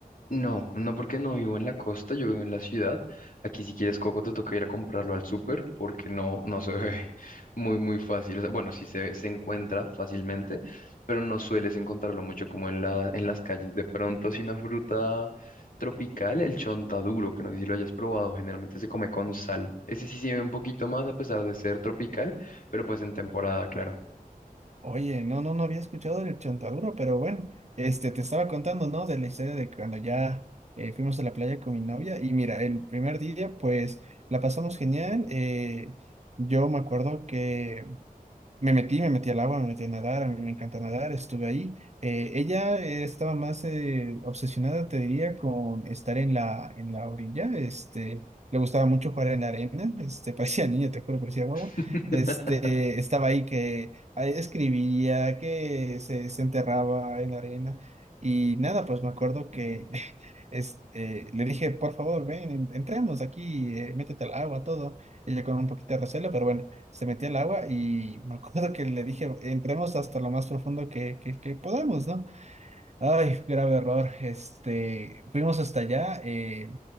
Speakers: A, on the left; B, on the right.
A: No, no porque no vivo en la costa, yo vivo en la ciudad. Aquí si quieres coco te toca ir a comprarlo al súper porque no, no se ve <laughs> muy, muy fácil. O sea, bueno, sí se, se encuentra fácilmente, pero no sueles encontrarlo mucho como en la, en las calles. De pronto, si una fruta tropical, el chontaduro, que no sé si lo hayas probado, generalmente se come con sal. Ese sí se ve un poquito más a pesar de ser tropical, pero pues en temporada, claro.
B: Oye, no, no, no había escuchado del chontaduro, pero bueno, este, te estaba contando, ¿no? De la historia de cuando ya eh, fuimos a la playa con mi novia y mira, el primer día, pues la pasamos genial. eh, yo me acuerdo que Me metí, me metí al agua, me metí a nadar, a mí me encanta nadar, estuve ahí. Eh, ella eh, estaba más eh, obsesionada, te diría, con estar en la, en la orilla, este, le gustaba mucho jugar en la arena, este, <laughs> parecía niña, te juro, parecía
A: <laughs>
B: guagua, este, estaba ahí que ah, escribía, que se, se enterraba en la arena, y nada, pues me acuerdo que <laughs> es- eh, le dije, por favor, ven, en- entremos aquí, eh, métete al agua, todo, ella con un poquito de recelo, pero bueno se metió al agua y me acuerdo que le dije, entremos hasta lo más profundo que, que, que podamos, ¿no? Ay, grave error. Este, fuimos hasta allá. eh,